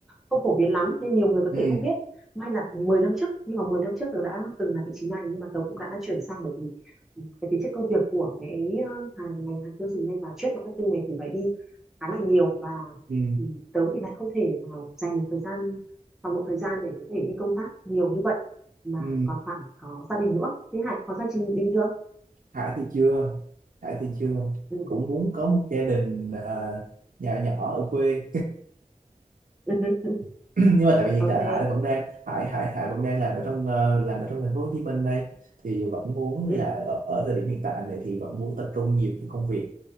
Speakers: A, in the centre; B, on the right (about 75°).
A: không phổ biến lắm nên nhiều người có
B: Ừ.
A: thể không biết may là 10 năm trước nhưng mà 10 năm trước tớ đã từng là vị trí này nhưng mà tớ cũng đã chuyển sang bởi vì ừ, cái tính chất công việc của cái ờ, hàng ngành hàng tiêu dùng nhanh và trade marketing này thì phải đi khá là nhiều và
B: Ừ.
A: ừ, tớ thì lại không thể nào dành thời gian toàn bộ thời gian để có thể đi công tác nhiều như vậy mà
B: Ừ.
A: còn phải có gia đình nữa thế Hải có gia đình chưa
B: Hải thì chưa Hải thì chưa
A: ừ.
B: cũng muốn có một gia đình à, nhỏ nhỏ ở quê
A: <laughs>
B: <clears throat> nhưng mà tại vì hiện
A: ok
B: tại là Hải vẫn đang Hải Hải Hải vẫn đang làm ở trong ờ, làm ở trong thành phố Hồ Chí Minh đây thì vẫn muốn
A: ừ.
B: là ở, ở thời điểm hiện tại này thì vẫn muốn tập trung nhiều cho công việc